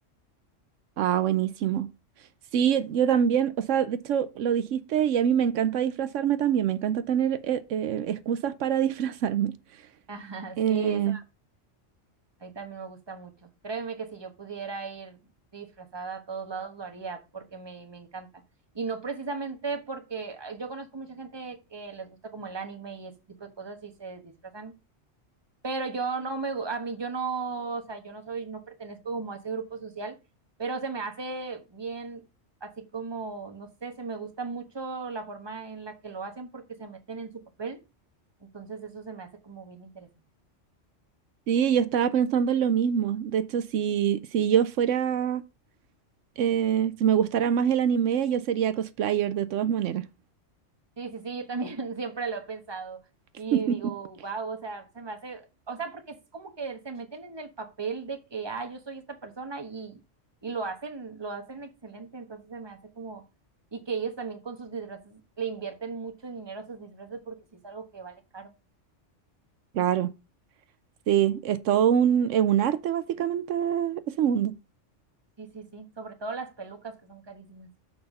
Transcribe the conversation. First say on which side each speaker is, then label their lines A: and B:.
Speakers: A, on the right; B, on the right.
A: Ah, buenísimo. Sí, yo también, o sea, de hecho lo dijiste y a mí me encanta disfrazarme también, me encanta tener eh, eh, excusas para <laughs> disfrazarme.
B: <laughs> Ajá,
A: Eh,
B: sí, eso a mí también me gusta mucho. Créeme que si yo pudiera ir disfrazada a todos lados lo haría porque me, me encanta. Y no precisamente porque ah, yo conozco mucha gente que les gusta como el anime y ese tipo de cosas y se disfrazan pero yo no me, gu- a mí yo no, o sea, yo no soy, no pertenezco como a ese grupo social, pero se me hace bien, así como, no sé, se me gusta mucho la forma en la que lo hacen porque se meten en su papel, entonces eso se me hace como bien interesante.
A: sí, yo estaba pensando en lo mismo. De hecho, si, si yo fuera, eh, si me gustara más el anime, yo sería cosplayer de todas maneras.
B: Sí, sí, sí, yo también <laughs> siempre lo he pensado
A: <laughs>
B: y digo, wow, o sea, se me hace, o sea, porque es como que se meten en el papel de que, ah, yo soy esta persona y, y lo hacen, lo hacen excelente, entonces se me hace como, y que ellos también con sus disfraces le invierten mucho dinero a sus disfraces porque sí es algo que vale caro.
A: Claro. Sí, es todo un, es un arte básicamente ese mundo.
B: Sí, sí, sí, sobre todo las pelucas que son carísimas.